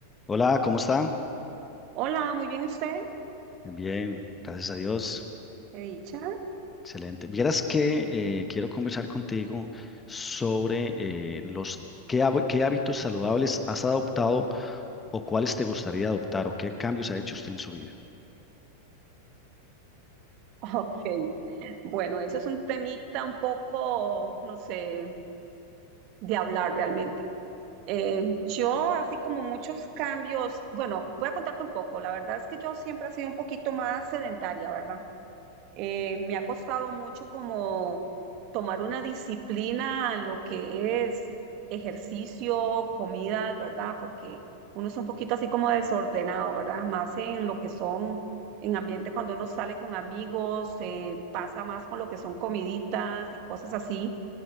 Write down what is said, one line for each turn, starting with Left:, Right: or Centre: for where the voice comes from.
Left: Hola, ¿cómo está?
Right: Hola, muy bien usted,
Left: Bien, gracias a Dios.
Right: qué dicha. <laughs>
Left: Excelente. Vieras que eh, quiero conversar contigo sobre eh, los qué, hab- qué hábitos saludables has adoptado o cuáles te gustaría adoptar o qué cambios ha hecho usted en su vida.
Right: Ok, bueno, eso es un temita un poco, no sé, de hablar realmente. Eh, yo, así como muchos cambios, bueno, voy a contarte un poco. La verdad es que yo siempre he sido un poquito más sedentaria, ¿verdad? Eh, me ha costado mucho como tomar una disciplina en lo que es ejercicio, comidas, ¿verdad? Porque uno es un poquito así como desordenado, ¿verdad? Más en lo que son, en ambiente cuando uno sale con amigos, eh, pasa más con lo que son comiditas y cosas así.